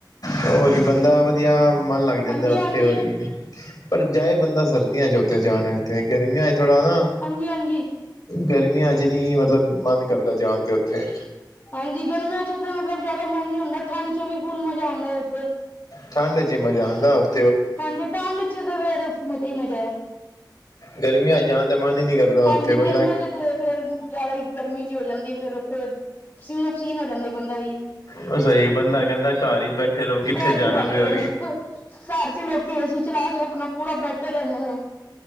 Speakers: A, on the left; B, on the left.
A: ਹੋਰ ਕੀ ਬੰਦਾ ਵਧੀਆ ਮਨ ਲੱਗ ਜਾਂਦਾ
B: ਹਾਂਜੀ
A: ਉੱਥੇ
B: ਹਾਂਜੀ,
A: ਹੋਰ ਕੀ ਪਰ ਜਾਏ ਬੰਦਾ ਸਰਦੀਆਂ ਚ ਉੱਥੇ ਜਾਣਾ ਤੇ ਗਰਮੀਆਂ ਹੈ ਥੋੜ੍ਹਾ ਨਾ
B: ਹਾਂਜੀ ਹਾਂਜੀ।
A: ਗਰਮੀਆਂ ਚ ਨੀ ਮਤਲਬ ਮਨ ਕਰਦਾ ਜਾਣ ਤੇ ਉੱਥੇ
B: ਹਾਂਜੀ ਗਰਮੀਆਂ ਚ ਤਾਂ ਮਤਲਬ ਜ਼ਿਆਦਾ ਮਨ ਨੀ ਹੁੰਦਾ ਠੰਡ ਚ ਵੀ ਖੂਬ ਮਜ਼ਾ ਆਉਂਦਾ ਹੈ ਉੱਥੇ
A: ਠਾਂਡਾ ਚ ਈ ਮਜ਼ਾ ਆਂਦਾ ਉਥੇ
B: ਹਾਂਜੀ ਠੰਡ ਚ ਤੇ ਫੇਰ ਮਜ਼ਾ ਈ ਮਜ਼ਾ ਐ
A: ਗਰਮੀਆਂ ਚ ਜਾਣ ਤੇ ਮਨ ਹੀ ਨੀ ਕਰਦਾ
B: ਹਾਂਜੀ
A: ਉੱਥੇ ਬੰਦਾ
B: ਗਰਮੀਆਂ ਚ ਫੇਰ ਜਿਆਦਾ ਹੀ ਗਰਮੀ ਜੀ ਹੋ ਜਾਂਦੀ ਹੈ ਫੇਰ ਉੱਥੇ ਪਸੀਨੋ ਪਸੀਨ ਹੋ ਜਾਂਦਾ ਬੰਦਾ ਵੀ
A: ਉਹ ਸਹੀ ਐ, ਬੰਦਾ ਕਹਿੰਦਾ ਘਰ ਹੀ ਬੈਠੇ ਰਹੋ ਕਿੱਥੇ
B: ਘਰ
A: ਜਾਣਾ
B: ਹੀ ਬੈਠੇ
A: ਵ
B: ਰਹੋ
A: ਉ
B: ਜੀ ਘਰ ਚ ਲੋਕੀ, ਏ ਸੀ ਚਲਾ ਕੇ ਆਪਣਾ ਪੂਰਾ ਬੈਠੇ ਰਹਿੰਦੇ ਨੇ